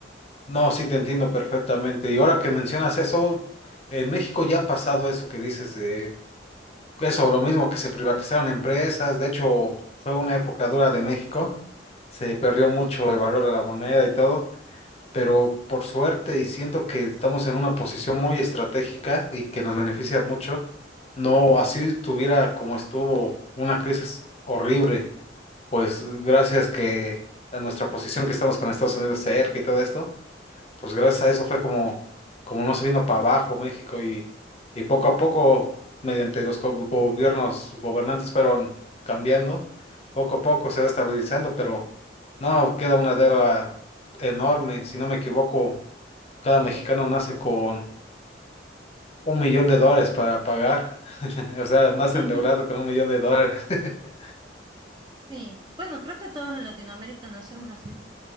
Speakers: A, on the left (about 35°); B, on the right (about 25°).
A: No, sí te entiendo perfectamente. Y ahora que mencionas eso, en México ya ha pasado eso que dices de eso, lo mismo que se privatizaron empresas. De hecho, fue una época dura de México. Se perdió mucho el valor de la moneda y todo. Pero por suerte, y siento que estamos en una posición muy estratégica y que nos beneficia mucho, no así tuviera como estuvo una crisis horrible. Pues gracias que a nuestra posición que estamos con Estados Unidos cerca y todo esto pues gracias a eso fue como, como no se vino para abajo México y, y poco a poco, mediante los go- gobiernos gobernantes fueron cambiando, poco a poco se va estabilizando, pero no, queda una deuda enorme, si no me equivoco, cada mexicano nace con un millón de dólares para pagar, <laughs> o sea, nace
B: <laughs>
A: endeudado con un millón de dólares, <laughs>
B: Sí, bueno, creo que todos en Latinoamérica nacemos así,